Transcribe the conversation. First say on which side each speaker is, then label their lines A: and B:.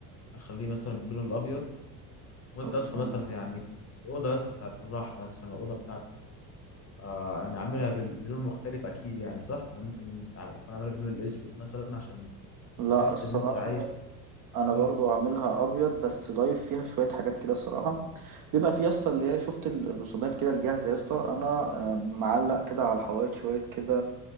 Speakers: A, on the left; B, on the right.
A: اخليه مثلا باللون الابيض وانت
B: خلصان
A: يا اسطى مثلا يعني الاوضه يا اسطى بتاعت الراحه مثلا الاوضه بتاعتك آه انا عاملها بال- بلون مختلف اكيد يعني صح انا ممكن أع- اكون عاملها باللون الاسود مثلا عشان
B: لا
A: تحس
B: الصراحة
A: ان انت عايش
B: انا
A: إيه.
B: برضو عاملها ابيض بس ضايف فيها شوية حاجات كده الصراحة بيبقى في يا اسطى اللي هي شفت ال- الرسومات كده الجاهزه يا اسطى انا آه، معلق كده على الحوائط شويه كده